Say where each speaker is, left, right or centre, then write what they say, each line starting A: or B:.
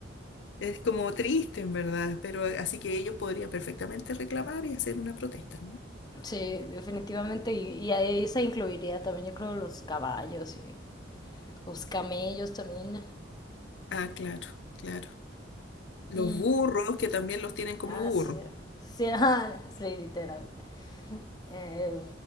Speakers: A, on the left (about 70°); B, on the left (about 20°).
A: es como triste, en verdad, pero eh, así que ellos podrían perfectamente reclamar y hacer una protesta, ¿no?
B: sí, definitivamente. Y, y a esa incluiría también, yo creo, los caballos y los camellos también.
A: Ah, claro, claro. Los
B: Y,
A: burros, que también los tienen como
B: Ah,
A: burros.
B: sí. Sí, <laughs> ah, sí, literal. Eh,